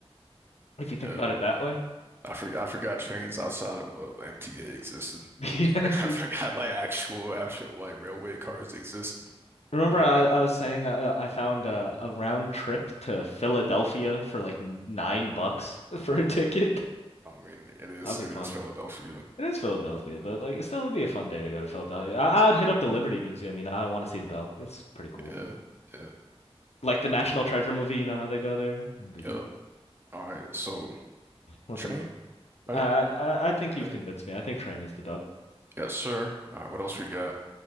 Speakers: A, on the left; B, on the right.
A: if you think
B: Yeah,
A: about it that way.
B: I forgot. I forgot trains outside of uh, the MTA existed.
A: <laughs>
B: <laughs> I
A: Yeah.
B: forgot like actual, actual like railway cars existed.
A: Remember,
B: Never
A: I,
B: been.
A: I was saying I, I found a, a round trip to Philadelphia for like nine bucks <laughs> for a ticket.
B: I mean, it is
A: That'd be
B: it
A: fun.
B: is Philadelphia.
A: It is Philadelphia, but like it still would be a fun day to go to Philadelphia. I, I would hit up the Liberty Museum, you know, I want to see the bell. It's pretty cool.
B: Yeah, yeah,
A: Like the National Treasure movie, you know how they go there? That'd be fun.
B: yep. All right, so
A: What's
B: train,
A: another?
B: right?
A: I I I think
B: You
A: you've
B: think?
A: convinced me. I think train is the dub.
B: Yes, sir. All right, what else we got?